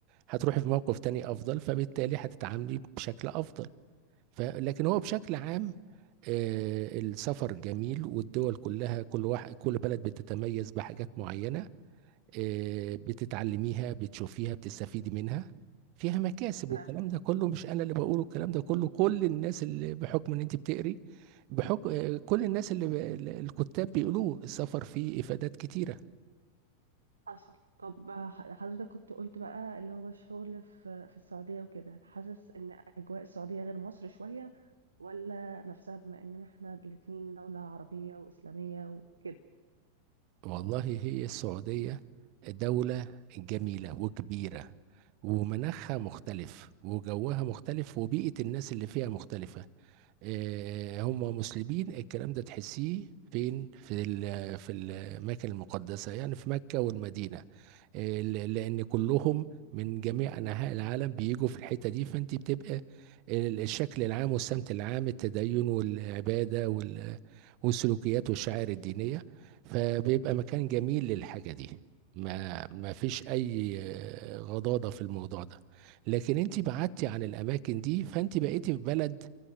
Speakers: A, on the right; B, on the right.
A: هتروحي في موقف تاني افضل فبالتالي هتتعاملي بشكل افضل ف... لكن هو بشكل عام آه، السفر جميل والدول كلها كل واحد كل بلد بتتميز بحاجات معينة آه، بتتعلميها بتشوفيها بتستفيدي منها فيها مكاسب
B: نعم
A: والكلام ده كله مش أنا اللي بقوله الكلام ده كله كل الناس اللي بحكم إن أنت بتقري بحكم آه، كل الناس اللي ب... الكتاب بيقولوه السفر فيه إفادات كتيرة
B: حصل طب ح- حضرتك كنت قلت بقى اللي هو الشغل في في السعودية وكده حاسس ان اجواء السعودية غير مصر شوية ولا نفسها بما اننا احنا الاتنين دولة عربية واسلامية وكده
A: والله هي السعودية دولة جميلة وكبيرة ومناخها مختلف وجوها مختلف وبيئة الناس اللي فيها مختلفة آه، هم مسلمين الكلام ده تحسيه فين في ال- في الاماكن المقدسه يعني في مكه والمدينه آه، ل- لان كلهم من جميع انحاء العالم بيجوا في الحته دي فانت بتبقى ال- الشكل العام والسمت العام التدين والعباده وال- والسلوكيات والشعائر الدينيه فبيبقى مكان جميل للحاجه دي ما ما فيش اي آه، غضاضه في الموضوع ده لكن انت بعدتي عن الاماكن دي فانت بقيتي في بلد